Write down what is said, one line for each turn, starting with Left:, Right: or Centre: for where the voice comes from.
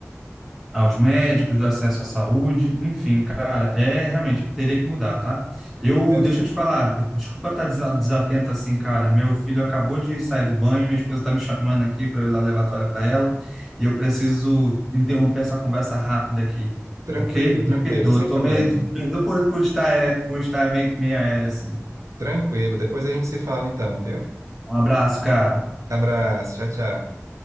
Centre: aos médicos, do acesso à saúde, enfim, cara, é realmente teria que mudar, tá? Eu,
Right: é,
Centre: deixa eu te falar, desculpa estar desa- desatento assim, cara. Meu filho acabou de sair do banho, minha esposa tá me chamando aqui para eu ir lá levar a toalha para ela, e eu preciso interromper essa conversa rápida aqui,
Right: Tranquilo,
Centre: ok?
Right: tranquilo,
Centre: Me perdoa,
Right: sem
Centre: eu tô
Right: problema.
Centre: meio, perdoa por, por estar, é, por estar meio, meio aéreo assim.
Right: Tranquilo. Depois a gente se fala então, viu?
Centre: Um abraço, cara.
Right: Abraço, tchau, tchau.